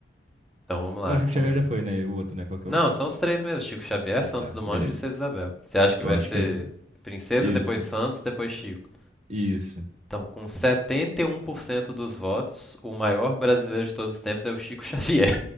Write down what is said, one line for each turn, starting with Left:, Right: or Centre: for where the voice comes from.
Centre: Então vamos lá,
Right: Não, Chico
Centre: com...
Right: Xavier já foi, né? E o outro, né? Qual que
Centre: Não,
Right: é o outro?
Centre: são os três mesmo, Chico Xavier,
Right: Ah,
Centre: Santos
Right: tá.
Centre: Dumont
Right: Beleza.
Centre: e Princesa Isabel. Você acha que
Right: Eu
Centre: vai
Right: acho
Centre: ser
Right: que é
Centre: Princesa,
Right: isso.
Centre: depois Santos, depois Chico?
Right: Isso.
Centre: Então, com 71% dos votos, o maior brasileiro de todos os tempos é o Chico Xavier.